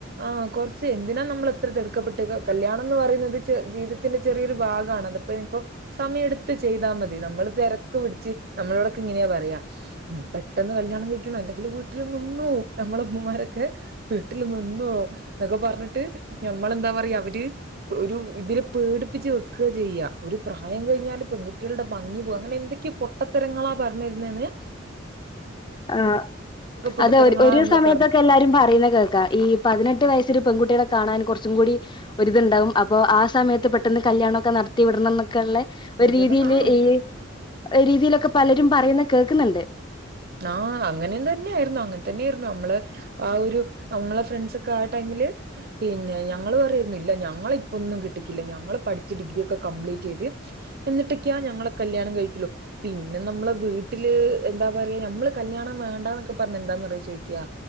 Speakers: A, on the right; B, on the left.
A: ആഹ കൊറച്ച് എന്തിനാ നമ്മൾ ഇത്ര തിടുക്കപ്പെട്ട് കല്യാണം എന്ന് പറയുന്നത് ജീവിത്തിന്റെ ചെറിയൊരു ഭാഗാണത് അത് പ്പ ഇനിപ്പോ സമയെട്ത്ത് ചെയ്താ മതി നമ്മള് തെരക്ക് പിടിച്ച് നമ്മളോടൊക്കെ ഇങ്ങനെയാ പറയാ പെട്ടെന്ന് കല്യാണം കയ്ക്ക്യണം അല്ലെങ്കില് വീട്ടില് നിന്നോവും ഞമ്മളെ ഉമ്മമാരൊക്കെ വീട്ടില് നിന്നോവും. ന്നൊക്കെ പറഞ്ഞിട്ട് ഞമ്മളെന്താ പറയാ അവര് ഒരുതില് പേടിപ്പിച്ച് വെ ക്കാ ചെയ്യ ഒരു പ്രായം കഴിഞ്ഞാല് പെൺകുട്ടികളുടെ ഭംഗി പോകും അങ്ങനെ എന്തൊ ക്കെ പൊട്ടത്തരങ്ങളാ പർഞ്ഞെര്ന്നന്ന്.
B: ആ
A: പൊട്ടത്തരങ്ങളാ
B: അത് ഒ ഒരു
A: നമ്മളെ
B: സമയത്തൊക്കെ
A: പറഞ്ഞ്
B: എല്ലാരും പറയ്ണെ കേൾക്കാൻ ഈ പതിനെട്ട് വയസ്സില് പെൺകുട്ട്യേളെ കാണാൻ കൊറച്ചും കൂടി ഒരര്ത്ണ്ടാവും അപ്പൊ ആ സമയത്ത് പെട്ടെന്ന് കല്യാണൊക്കെ നടത്തി വിടണംന്നൊക്കെള്ളെ ഒരു
A: വിടണം
B: രീതിയില്
A: ആഹ്
B: ഈ ഒരു രീതിയിലൊക്കെ പലരും പറയുന്ന കേൾക്ക്ന്ന്ണ്ട്.
A: ആഹ അങ്ങനെൻ തന്നെയായിരുന്നു അങ്ങനെ തന്നെയായിരുന്നു നമ്മള് ആ ഒരു നമ്മളെ ഫ്രണ്ട്ൻസൊക്കെ ആ ടൈമില് പിന്നെ ഞങ്ങള് പറയും ഇല്ല ഞങ്ങള ഇപ്പൊന്നും കെട്ടിക്കില്ല ഞങ്ങള് പഠിച്ച് ഡിഗ്രി ഒക്കെ കംപ്ലീറ്റ് ചെയ്ത് എന്നിട്ടൊക്കെയാ ഞങ്ങളെ കല്യാണം കഴികൊള്ളു പിന്നെ നമ്മളെ വീട്ടില് എന്താ റയ നമ്മള് കല്യാണം വേണ്ടന്നൊക്കെ പറഞ്ഞ എന്താന്നറയോ ചോയ്ക്യാ